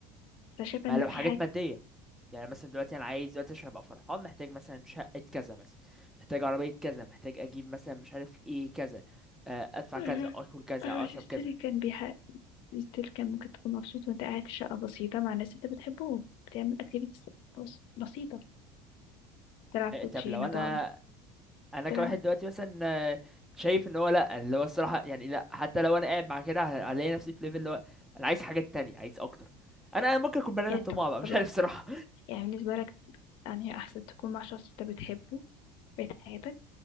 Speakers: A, on the left (about 60°); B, in the centre.
A: انا شايفه
B: ما
A: ان
B: لو
A: في
B: حاجات
A: حاجه
B: ماديه يعني مثلا دلوقتي انا عايز دلوقتي عشان ابقى فرحان محتاج مثلا شقة كذا مثلا محتاج عربية كذا محتاج اجيب مثلا مش عارف ايه كذا آه، ادفع
A: <laughs>
B: كذا اكل كذا اشرب
A: ستيل
B: كذا
A: كان بيح... ستيل كان ممكن تكون مبسوط وانت قاعد في شقه بسيطه مع ناس انت بتحبهم بتعمل اكتيفيتيز بس... بسيطه تلعب
B: آه،
A: كوتشينه
B: طب لو انا
A: تقعد
B: انا
A: تلعب
B: كواحد دلوقتي مثلا آه، شايف ان هو لا اللي هو الصراحة يعني لا حتى لو انا قاعد مع كده ه- هلاقي نفسي في ليفل اللي هو انا عايز حاجات تانية عايز اكتر انا أنا ممكن اكون بني ادم
A: يعني
B: طماع
A: طب
B: بقى مش
A: طب لحظه
B: عارف صراحة
A: يعني بالنسبه لك يعني احسن تكون مع شخص انت بتحبه بقيت حياتك